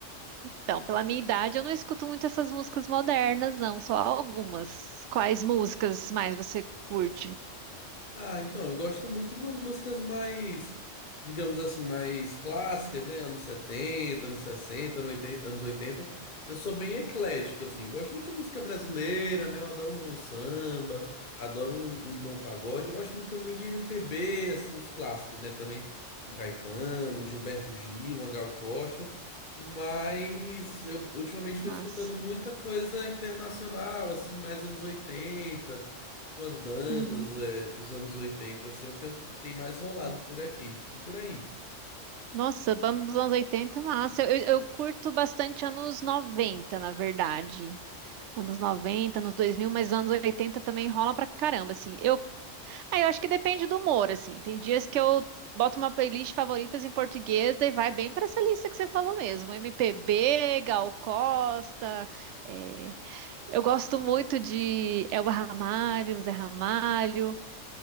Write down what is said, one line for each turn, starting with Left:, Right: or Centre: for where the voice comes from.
Right: então, pela minha idade, eu não escuto muito essas músicas modernas, não, só algumas. Quais músicas mais você curte?
Left: Ah, então, eu gosto muito de umas músicas mais, digamos assim, mais clássicas, né? Anos 70, anos 60, anos 80. anos 80. Eu sou bem eclético, assim. Eu gosto muito de música brasileira, né? Eu adoro um bom samba, adoro um, um bom pagode. Eu gosto muito também de MPB, assim, os clássicos, né? Também um Caetano, um Gilberto Gil, uma Gal Costa. Mas eu ultimamente estou
Right: Mas,
Left: escutando muita coisa internacional, assim, mais anos oitenta umas bandas
Right: uhum.
Left: é, dos anos 80 assim, é o que eu, tem mais rolado por aqui e por aí.
Right: Nossa, banda dos anos 80, massa. Eu, eu curto bastante anos 90, na verdade. Anos 90, anos 2000, mas anos 80 também rola pra caramba, assim. Eu Aí eu acho que depende do humor, assim. Tem dias que eu boto uma playlist favoritas em português, daí vai bem pra essa lista que você falou mesmo. MPB, Gal Costa. é, Eu gosto muito de Elba Ramalho, Zé Ramalho.